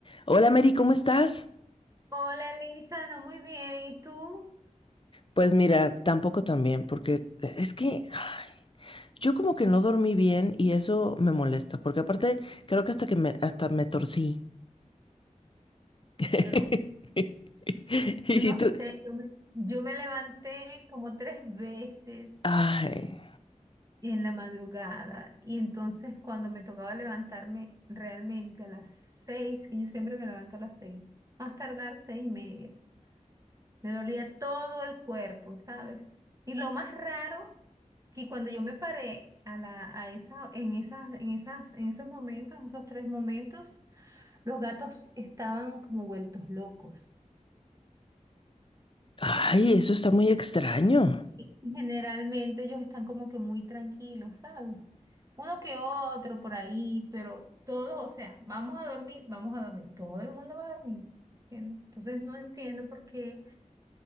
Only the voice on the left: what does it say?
Hola Mary, ¿cómo estás?
Pues mira, tampoco tan bien, porque es que ay, yo como que no dormí bien y eso me molesta, porque aparte creo que hasta que me, hasta me torcí. <laughs>
Y
tú,
ay,
ay, eso está muy extraño.